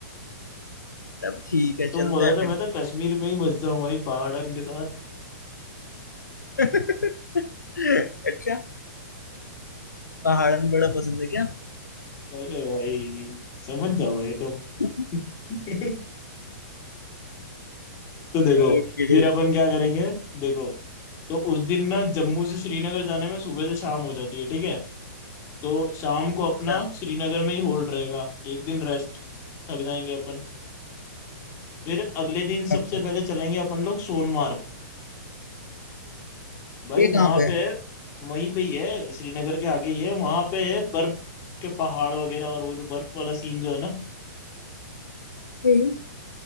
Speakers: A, on the left; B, on the left.
A: तब ठीक है
B: तुम
A: चलते
B: बोला
A: हैं
B: था मैं
A: फिर
B: तो कश्मीर में ही बस जाऊं भाई पहाड़न के साथ
A: <laughs> अच्छा पहाड़न बड़ा पसंद है क्या
B: अरे भाई समझ जाओ भाई तो
A: <laughs>
B: <laughs> तो देखो
A: ओके
B: फिर अपन क्या करेंगे देखो तो उस दिन ना जम्मू से श्रीनगर जाने में सुबह से शाम हो जाती है ठीक है तो शाम को अपना
A: अच्छा
B: श्रीनगर में ही होल्ड रहेगा एक दिन रेस्ट थक जाएंगे अपन फिर अगले दिन सबसे
A: ओके
B: पहले चलेंगे अपन लोग सोनमार्ग भाई
A: ये
B: वहां
A: कहाँ पे
B: पे
A: है
B: है वहीं पे ही है श्रीनगर के आगे ही है वहां पे है बर्फ के पहाड़ वगैरह और वो जो बर्फ वाला सीन जो है ना
A: हम्म।